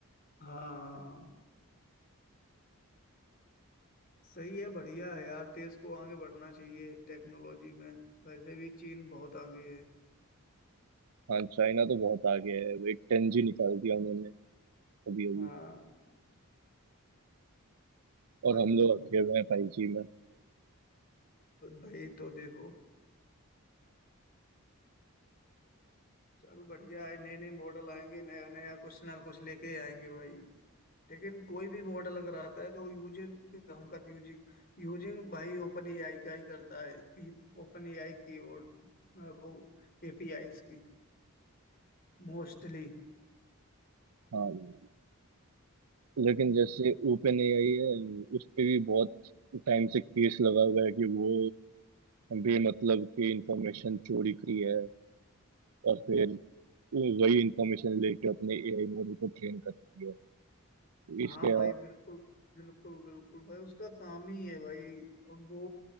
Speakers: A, on the left; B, on the right.
A: हाँ सही है बढ़िया है यार देश को आगे बढ़ना चाहिए टेक्नोलॉजी में वैसे भी चीन बहुत आगे है
B: हाँ चाइना तो बहुत आगे है भाई टेन जी निकाल दिया उन्होंने अभी अभी
A: हाँ
B: और
A: भाई
B: हम
A: तो
B: लोग अटके हुए हैं फाइव जी में
A: भाई तो देखो चलो बढ़िया है नए नए मॉडल आएंगे नया नया कुछ ना कुछ लेके आएंगे भाई लेकिन कोई भी मॉडल अगर आता है तो यूजिन हमका यूजिंग यूजिंग भाई ओपन एआई का ही करता है ओपन एआई की और अ, वो एपीआई की मोस्टली
B: हाँ भाई लेकिन जैसे ओपन ए आई है उस पे भी बहुत टाइम से केस लगा हुआ है कि वो बेमतलब की इंफॉर्मेशन चोरी की है और फिर वही इंफॉर्मेशन लेके अपने ए आई मॉडल को ट्रेन करती है इसके
A: हाँ भाई बिल्कुल बिल्कुल बिल्कुल भाई उसका काम ही है भाई अब वो